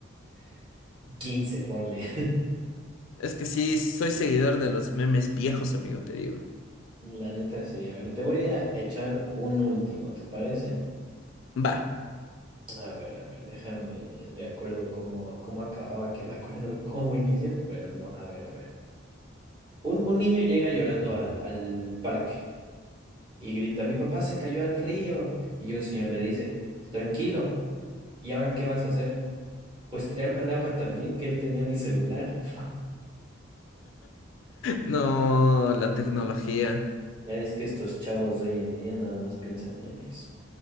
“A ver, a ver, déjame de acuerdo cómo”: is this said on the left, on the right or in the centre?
Right